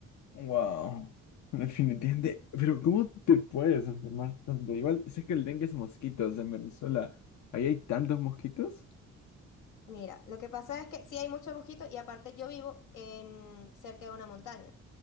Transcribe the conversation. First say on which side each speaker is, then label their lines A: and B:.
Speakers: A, on the left (about 70°); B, on the left (about 85°).
A: Wow. Definitivamente. Pero ¿cómo te puedes enfermar tanto? Igual sé que el dengue es mosquitos en Venezuela. ¿Ahí hay tantos mosquitos?
B: Mira, lo que pasa es que sí hay muchos mosquitos y aparte yo vivo en cerca de una montaña.